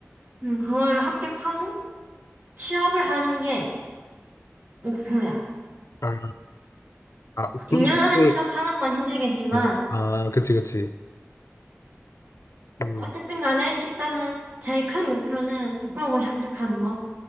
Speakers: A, on the right (about 40°); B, on the left (about 75°).
A: 음, 그거를 합격하고 취업을 하는 게 목표야.
B: 아, 아, 그런데
A: 2년 안에
B: 그걸,
A: 취업하는 건 힘들겠지만
B: 어. 아, 그치, 그치. 음.
A: 어쨌든 간에 일단은 제일 큰 목표는 국가고시 합격하는 거.